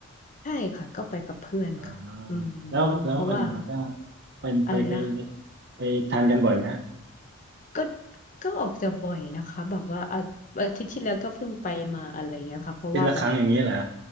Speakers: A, on the left; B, on the right.
A: ใช่ค่ะก็ไปกับเพื่อนค่ะอืม
B: อ่าแล้วแล้วเห็นบอกว่า
A: เพราะว่า
B: ไปไปไป
A: อะไรนะ
B: ไปทานกันบ่อยไหมฮะ
A: ก็ก็ออกจะบ่อยนะคะแบบว่าอาอาทิตย์ที่แล้วก็เพิ่งไปมาอะไรเงี้ยค่ะเพราะว่าแบบ
B: อาทีละครั้งอย่างเงี้ยเหรอ